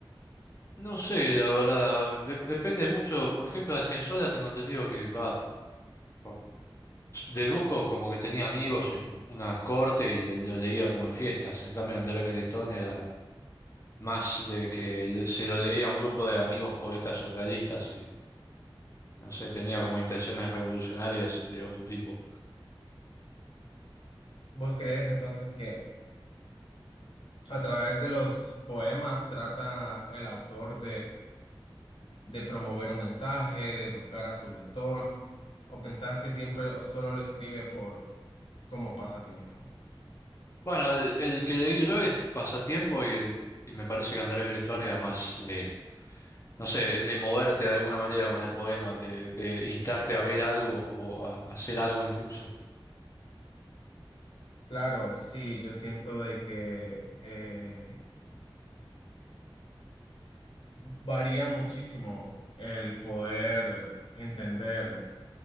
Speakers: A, on the left; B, on the left.
A: No sé, la verdad. de- depende mucho. Por ejemplo, Argensola tengo entendido que va. por- deduzco como que tenía amigos en una corte y le- lo leía como en fiestas. En cambio, André Breton era más de que le- se lo leía a un grupo de amigos poetas surrealistas No sé, tenía como intenciones revolucionarias de otro tipo.
B: ¿Vos crees entonces que a través de los poemas trata el autor de promover un mensaje, de educar a su lector, o pensás que siempre o solo lo escribe por como pasatiempo.
A: Bueno, el, el que leí yo es Pasatiempo y, el, y me parece que André Breton era más de, no sé, de, de moverte de alguna manera con el poema, de, de instarte a ver algo o a hacer algo incluso.
B: Claro, sí, yo siento de que eh, varía muchísimo el poder entender